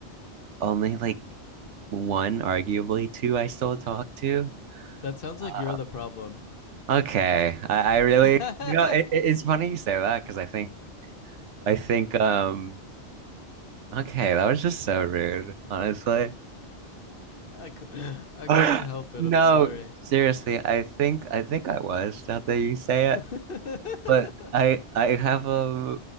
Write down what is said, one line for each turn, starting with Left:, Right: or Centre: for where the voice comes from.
Right: only like one, arguably two, I still talk to.
Left: that sounds
Right: Uh,
Left: like you're the problem.
Right: okay, I, I really,
Left: <laughs> I,
Right: you know, it, it- it's funny you say that because I think, I think, um, okay, that was just so rude, honestly.
Left: cou- I
Right: <gasps>
Left: couldn't help it.
Right: No,
Left: I'm sorry.
Right: seriously, I think, I think I was, now that you say it,
Left: <laughs>
Right: but I, I have a,